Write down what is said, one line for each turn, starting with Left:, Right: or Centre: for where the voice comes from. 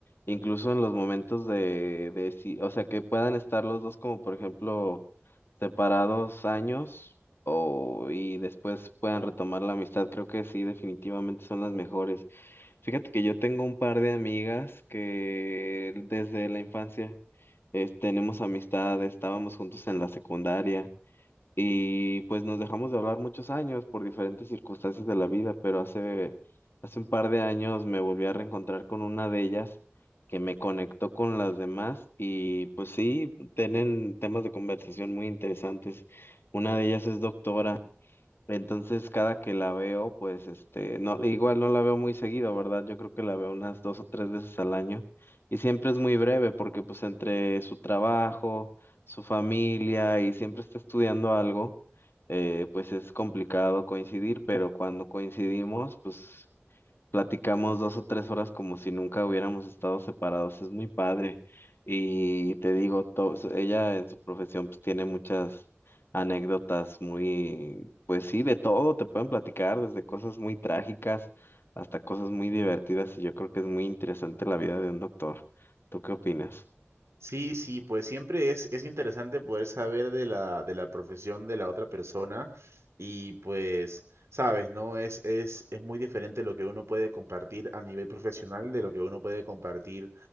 Left: incluso en los momentos de, de sí, o sea, que puedan estar los dos como, por ejemplo, separados años o y después puedan retomar la amistad, creo que sí, definitivamente son las mejores. Fíjate que yo tengo un par de amigas que desde la infancia eh, tenemos amistad, estábamos juntos en la secundaria. Y pues nos dejamos de hablar muchos años por diferentes circunstancias de la vida, pero hace, hace un par de años me volví a reencontrar con una de ellas que me conectó con las demás y pues sí, tienen temas de conversación muy interesantes. Una de ellas es doctora. Entonces, cada que la veo, pues este, no, igual no la veo muy seguido, ¿verdad? Yo creo que la veo unas dos o tres veces al año y siempre es muy breve porque pues entre su trabajo, su familia y siempre está estudiando algo, eh, pues es complicado coincidir, pero cuando coincidimos, pues Platicamos dos o tres horas como si nunca hubiéramos estado separados, es muy padre. Y te digo, to- s- ella en su profesión pues tiene muchas anécdotas muy, pues sí, de todo, te pueden platicar desde cosas muy trágicas hasta cosas muy divertidas y yo creo que es muy interesante la vida de un doctor. ¿Tú qué opinas?
Right: Sí, sí, pues siempre es, es interesante poder saber de la, de la profesión de la otra persona y pues, sabes, ¿no? Es, es, es muy diferente lo que uno puede compartir a nivel profesional de lo que uno puede compartir